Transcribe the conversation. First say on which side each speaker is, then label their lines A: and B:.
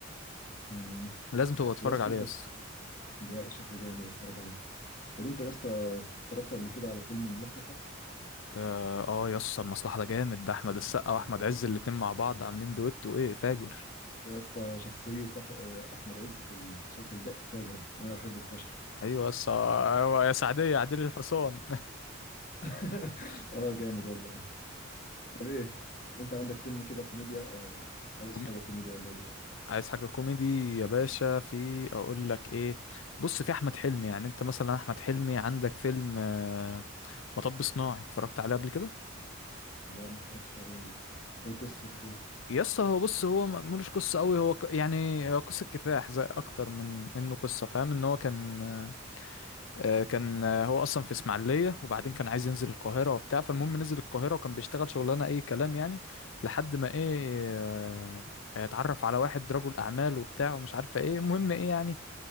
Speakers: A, on the left; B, on the left.
A: امم
B: لازم تبقى تتفرج
A: طب يا اسطى
B: عليه
A: انت
B: يس
A: ده شكله جامد اتفرج عليه طب انت يا اسطى اتفرجت قبل كده على فيلم المصلحة
B: اه آه، يس المصلحة ده جامد ده أحمد السقا وأحمد
A: اه
B: عز
A: يا اسطى
B: الاتنين مع بعض عاملين دويتو وإيه فاجر
A: يا اسطى شخصية أح- أحمد عز في المسلسل ده فاجرة أنا بحبه فشخ
B: أيوة يس آه، أيوة يا سعدية عديل الحصان
A: <laughs> اه جامد والله طب ايه انت عندك فيلم كده كوميديا آه عاوز
B: <laughs>
A: حاجه كوميديا والله دلوقتي
B: عايز حاجة كوميدي يا باشا في اقول لك ايه بص في احمد حلمي يعني انت مثلا احمد حلمي عندك فيلم آه، مطب صناعي اتفرجت عليه قبل كده
A: لا ما اتفرجتش عليه ليه ايه قصته كده
B: يس هو بص هو م- ملوش قصة قوي هو ق- يعني هو قصة كفاح زي اكتر من انه قصة فاهم ان هو كان آه، آه، كان آه، هو اصلا في اسماعيلية وبعدين كان عايز ينزل القاهرة وبتاع فالمهم نزل القاهرة وكان بيشتغل شغلانة اي كلام يعني لحد ما ايه آه، آه، اتعرف على واحد رجل اعمال وبتاع ومش عارفة ايه المهم ايه يعني